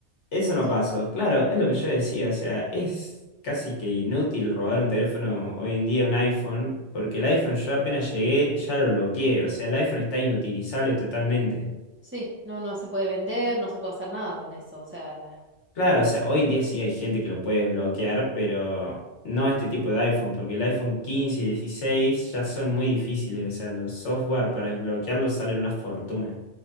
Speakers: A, on the left; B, on the right.
A: Eso
B: ¿O
A: no
B: sí?
A: pasó. Claro, es lo que yo decía. O sea, es casi que inútil robar un teléfono hoy en día, un iPhone, porque el iPhone yo apenas llegué, ya lo bloqueé. O sea, el iPhone está inutilizable totalmente.
B: Sí, no, no se puede vender, no se puede hacer nada con eso, o sea,
A: Claro, o sea, hoy en día sí hay gente que lo puede desbloquear, pero no este tipo de iPhone, porque el iPhone 15 y 16 ya son muy difíciles. O sea, los software para desbloquearlos salen una fortuna.